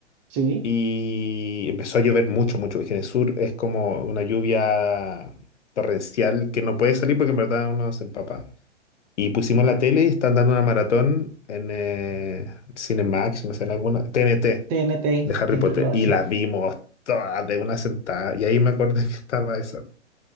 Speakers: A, on the right; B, on the left.
A: Sí,
B: y empezó a llover mucho, mucho. Es que en el sur es como una lluvia torrencial que no puede salir porque en verdad uno se empapa. Y pusimos la tele y están dando una maratón en eh, Cinemax, no sé, en alguna, TNT
A: TNT
B: de Harry
A: siempre
B: Potter.
A: lo hace.
B: Y las vimos todas de una sentada. Y ahí me acordé <laughs> que estaba esa.